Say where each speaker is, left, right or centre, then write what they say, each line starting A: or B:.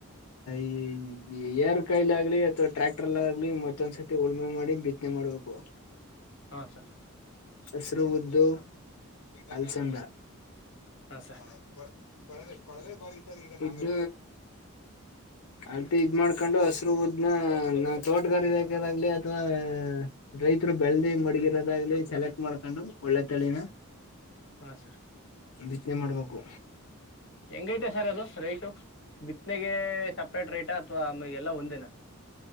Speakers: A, on the left; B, on the left.
A: <inaudible> ಎರ್ ಕೈಲಿ ಆಗ್ಲಿ ಅಥವಾ. ಮಟ್ರಲ್ಲ ಆಗ್ಲಿ ಮತ್ತೊಂದ್ಸತಿ ಉಳುಮೆ ಮಾಡಿ ಬಿತ್ತನೆ ಮಾಡ್ಬೇಕು.
B: ಹಾ ಸರ್.
A: ಅಸರುದು ಅಲ್ಸಂದ.
B: ಹಾ ಸರ್
A: ಹ ಕೊ ಕೊಡಗ. ಾವ ಈ ಇದ ಅಲ್ತಿ ಇದ್ ಮಾಡ್ಕೊಂಡು ಹಸರು ದ್ನ ನಾವ್ ತೋಟಗಾರಿ ಹಕದಾಗ್ಲಿ ಅಥವಾ ರೈತರು ಬೆಳದಿ ಮಡಗಿರೋದಾಗ್ಲಿ ಸೆಲೆಕ್ಟ್ ಮಾಡ್ಕೊಂಡು ಒಳ್ಳೆ ತಳಿನ.
B: ಹಾ ಸರ್.
A: ಬಿತ್ತನೆ ಮಾಡ್ಬೇಕು
B: ಹೆಂಗೈತೆ ಸರ್ ಅದು ರೈಶು ಬಿತ್ನೆಗೆ ಸಪ್ರೇಟ್ ರೇಟ್ ಆತ ಅಥವಾ ಆಮೇ ಎಲ್ಲ ಒಂದೇನಾ